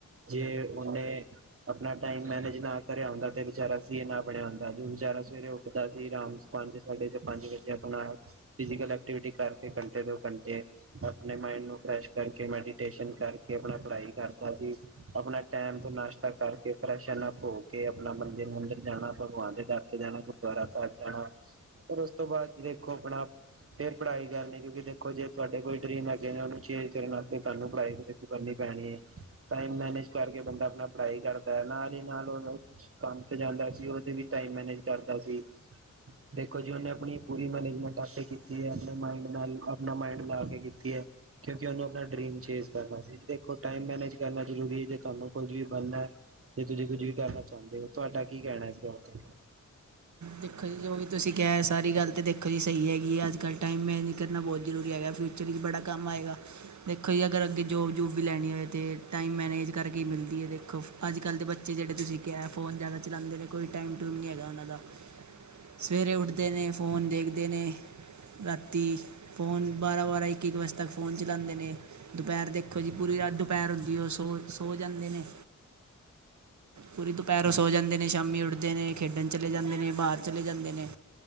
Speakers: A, on the right; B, on the right.
A: ਜੇ ਓਨੇ। ਆਪਣਾ ਟਾਈਮ ਮੈਨੇਜ ਨਾ ਕਰਿਆ ਹੁੰਦਾ ਤੇ ਬੇਚਾਰਾ ਸੀਏ ਨਾ ਬਣਿਆ ਹੁੰਦਾ ਜੋ ਬੇਚਾਰਾ ਸਵੇਰੇ ਉੱਠਦਾ ਸੀ ਆਰਾਮ। ਪੰਜ ਸਾਢੇ ਕ ਪੰਜ ਵਜੇ ਆਪਣਾ ਫਿਜ਼ਕਲ ਐਕਟੀਵਿਟੀ ਕਰਕੇ ਘੰਟੇ ਦੋ ਘੰਟੇ। ਆਪਣੇ ਮਾਇਡ ਨੂੰ ਫਰੈਸ਼ ਕਰਕੇ ਮੈਡੀਟੇਸ਼ਨ ਕਰਕੇ ਆਪਣਾ ਪੜਾਈ ਕਰਦਾ ਸੀ ਆਪਣਾ। ਟੈਮ ਤੋਂ ਨਾਸ਼ਤਾ ਕਰਕੇ ਫਰੈਸ਼ ਐਨ ਅੱਪ ਹੋਕੇ ਆਪਣਾ ਮੰਦਿਰ-ਮੁੰਦਿਰ ਜਾਣਾ ਭਗਵਾਨ ਦੇ ਦਰ। ਜਾਣਾ ਗੁਰੂਦੁਆਰਾ ਸਾਹਿਬ ਜਾਣਾ। ਫਿਰ ਉਸ ਤੋਂ ਬਾਅਦ ਦੇਖੋ ਆਪਣਾ ਫੇਰ ਪੜ੍ਹਾਈ ਕਰਨੀ ਕਿਉਂਕਿ ਦੇਖੋ ਜੇ ਤੁਹਾਡੇ ਕੋਈ। ਡਰੀਮ ਹੈਗੇ ਉਹਨੂੰ ਚੇਂਜ ਕਰਨ ਵਾਸਤੇ ਧਾਨੂੰ ਪੜ੍ਹਾਈ ਕਰਨੀ ਪੈਣੀ ਹੈ। ਟਾਈਮ ਮੈਨੇਜ ਕਰਕੇ ਬੰਦਾ ਆਪਣਾ ਪੜ੍ਹਾਈ ਕਰਦਾ ਹੈ ਨਾਲ ਹੀ ਨਾਲ ਓਹਨੁ। ਕੰਮ ਤੇ ਜਾਂਦਾ ਸੀ ਉਹਦੇ ਵੀ ਟਾਈਮ ਮੈਨੇਜ ਕਰਦਾ ਸੀ। ਦੇਖੋ ਜੀ ਉਹਨੇ ਆਪਣੀ ਪੂਰੀ ਮੈਨੇਜਮੈਂਟ ਆਪੇ ਕੀਤੀ ਹੈ ਆਪਣੇ ਮਾਇੰਡ ਨਾਲ ਆਪਣਾ ਮਾਇੰਡ ਲਾ ਕੇ ਕੀਤਾ। ਤੇ ਹੈ। ਕਿਉਂਕਿ ਉਹਨੂੰ ਆਪਣਾ ਡਰੀਮ ਚੇਂਜ ਕਰਨਾ ਸੀ ਦੇਖੋ ਟਾਈਮ ਮੈਨੇਜ ਕਰਨਾ ਜ਼ਰੂਰੀ ਹੈ ਤੁਹਾਨੂੰ ਕੁਝ ਵੀ ਬਣਨਾ ਜੇ ਤੁਸੀਂ ਕੁੱਝ ਵੀ ਕਰਨਾ ਚਾਹੁੰਦੇ ਹੋ ਤੁਹਾਡਾ ਕੀ ਕਹਿਣਾ ਇਸ ਗੱਲ ਤੇ।
B: ਦੇਖੋ ਜੀ, ਜੋ ਵੀ ਤੁਸੀਂ ਕਿਹਾ ਸਾਰੀ ਗੱਲ ਤਾਂ ਦੇਖੋ ਜੀ ਸਹੀ ਹੈਗੀ ਹੈ। ਅੱਜ-ਕੱਲ੍ਹ ਟਾਈਮ ਮੈਨੇਜ ਕਰਨਾ ਬਹੁਤ ਜ਼ਰੂਰੀ ਹੈਗਾ ਫਿਰ। 'ਚ ਵੀ ਬੜਾ ਕੰਮਏਗਾ ਦੇਖੋ ਜੀ ਅਗਰ ਅੱਗੇ ਜੋਬ-ਜੂਬ ਵੀ ਲੈਣੀ ਹੋਵੇ ਤਾਂ ਟਾਈਮ ਮੈਨੇ। ਨੇਜ ਕਰਕੇ ਈ ਮਿਲਦੀ ਹੈ ਦੇਖੋ ਅੱਜ-ਕੱਲ੍ਹ ਦੇ ਬੱਚੇ ਜਿਹੜੇ ਤੁਸੀਂ। ਕੈਐ ਫੋਨ ਜ਼ਿਆਦਾ ਚਲਾਉਂਦੇ ਨੇ ਕੋਈ ਟਾਈਮ-ਟੂਈਮ ਨਹੀਂ ਹੈਗਾ ਉਹਨਾਂ ਦਾ। ਸਵੇਰੇ ਉੱਠਦੇ ਨੇ ਫੋਨ ਦੇਖਦੇ ਨੇ ਰਾਤੀ ਫੋਨ ਬਾਰਾਂ- ਬਾਰਾਂ ਇੱਕ-ਇੱਕ ਵਜੇ ਤੱਕ ਫ਼ੋਨ ਚਲਾਉਂਦੇ ਨੇ ਏ। ਦੁਪੈਰ ਦੇਖੋ ਜੀ ਪੂਰੀ ਰਾਤ ਦੂਪੈਰ ਹੁੰਦੀ ਉਹ ਸੋ ਸੋ ਜਾਂਦੇ ਨੇ। ਪੂਰੀ ਦੁਪੈਰ ਓ ਸੋ ਜਾਂਦੇ ਨੇ, ਸ਼ਾਮੀ ਉੱਠਦੇ ਨੇ ਖੇਡਣ ਚਲੇ ਜਾਂਦੇ ਨੇ, ਬਾਹਰ ਚਲੇ ਜਾਂਦੇ। ਦੇ ਨੇ